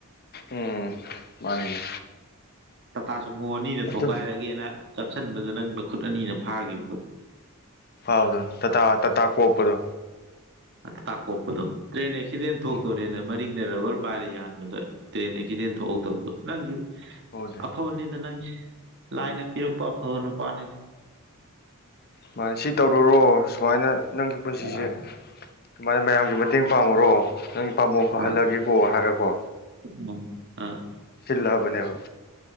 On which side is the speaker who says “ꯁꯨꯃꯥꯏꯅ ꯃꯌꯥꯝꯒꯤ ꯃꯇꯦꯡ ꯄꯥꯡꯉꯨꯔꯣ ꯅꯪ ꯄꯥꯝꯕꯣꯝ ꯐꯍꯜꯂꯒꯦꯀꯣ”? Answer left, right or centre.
Left